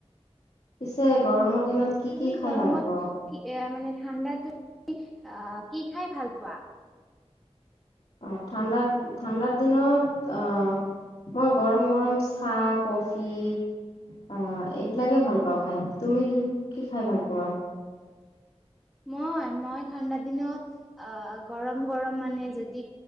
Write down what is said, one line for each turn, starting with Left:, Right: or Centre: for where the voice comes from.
Left: পিছে গৰমৰ দিনত কি
Centre: তুমি
Left: কি খাই
Centre: গৰমত
Left: ভাল পোৱা
Centre: কি এ মানে ঠাণ্ডাত তুমি আহ কি খাই ভাল পোৱা
Left: অ ঠাণ্ডা ঠাণ্ডাৰ দিনত অ মই গৰম গৰম চাহ কফি অ এইবিলাকে ভাল পাও খাই তুমি কি কি খাই ভাল পোৱা
Centre: মই মই ঠাণ্ডা দিনত অ গৰম গৰম মানে যদি